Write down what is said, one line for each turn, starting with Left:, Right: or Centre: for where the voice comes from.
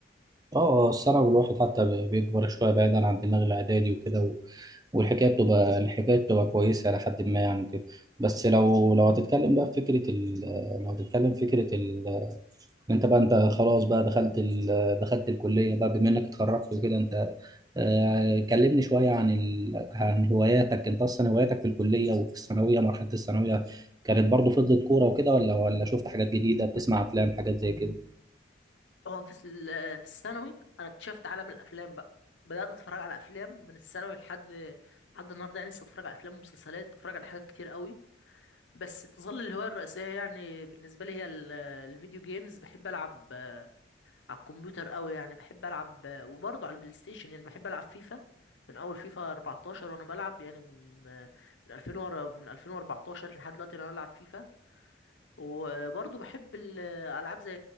Right: اه الثانوي الواحد حتى بي- بيكبر شويه بعيدا عن دماغ الاعدادي وكده و... والحكايه بتبقى الحكايه بتبقى كويسه الى حد ما يعني كده بس لو لو هتتكلم بقى في فكره ال... لو هتتكلم في فكره ال... إن انت بقى انت خلاص بقى دخلت ال... دخلت الكليه بقى بما انك اتخرجت وكده انت آه، كلمني شوية عن ال... عن هواياتك انت اصلا هواياتك في الكلية وفي الثانوية مرحلة الثانوية كانت برضو فضلت كورة وكده ولا ولا شفت حاجات جديدة بتسمع افلام حاجات زي كده
Left: اه في ال- في الثانوي انا اكتشفت عالم الافلام بقى بدات اتفرج على افلام من الثانوي لحد لحد النهارده يعني لسه اتفرج على افلام ومسلسلات بتفرج على حاجات كتير قوي بس تظل الهوايه الرئيسيه يعني بالنسبه لي هي ال- الفيديو جيمز بحب العب على الكمبيوتر قوي يعني بحب العب وبرضه على البلاي ستيشن يعني بحب العب فيفا من اول فيفا 14 وانا بلعب يعني من من 2000 ورا من 2014 لحد دلوقتي انا بلعب فيفا وبرضه بحب الالعاب زي